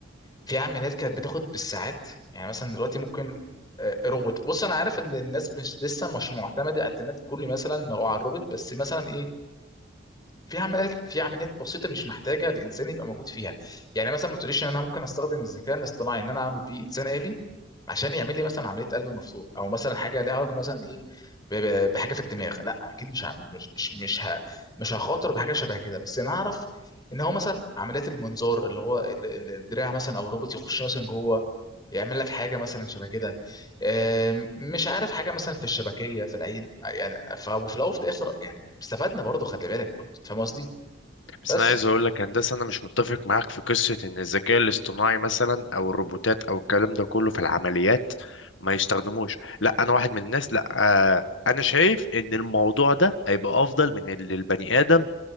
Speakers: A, on the left; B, on the left.
A: في عمليات كانت بتاخد بالساعات يعني مثلا دلوقتي ممكن آه، روبوت بص انا عارف ان الناس مش لسه مش معتمدة اعتماد كلي مثلا هو على الروبوت بس مثلا ايه في عمليات في عمليات بسيطه مش محتاجه الانسان يبقى موجود فيها يعني مثلا ما تقوليش ان انا ممكن استخدم الذكاء الاصطناعي ان انا اعمل بيه انسان آلي عشان يعمل لي مثلا عمليه قلب مفتوح او مثلا حاجه ليها علاقه مثلا ايه ب- ب- بحاجه في الدماغ لا اكيد مش هعمل مش مش مش ه... مش هخاطر بحاجه شبه كده بس انا اعرف ان هو مثلا عمليات المنظار اللي هو ال- ال- الدراع مثلا او الروبوت يخش مثلا جوه يعمل لك حاجه مثلا شبه كده آم، مش عارف حاجه مثلا في الشبكيه في العين يعني فلو في الاول وفي الاخر يعني استفدنا برضه خلي بالك برضه فاهم قصدي
B: بس
A: بس
B: انا عايز اقول لك هندسه انا مش متفق معاك في قصه ان الذكاء الاصطناعي مثلا او الروبوتات او الكلام ده كله في العمليات ما يستخدموش لا انا واحد من الناس لا آه، انا شايف ان الموضوع ده هيبقى افضل من اللي البني ادم